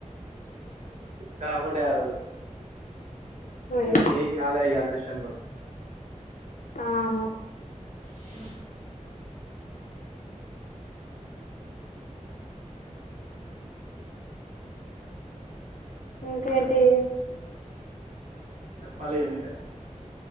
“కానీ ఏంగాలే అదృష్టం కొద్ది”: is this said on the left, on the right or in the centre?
Right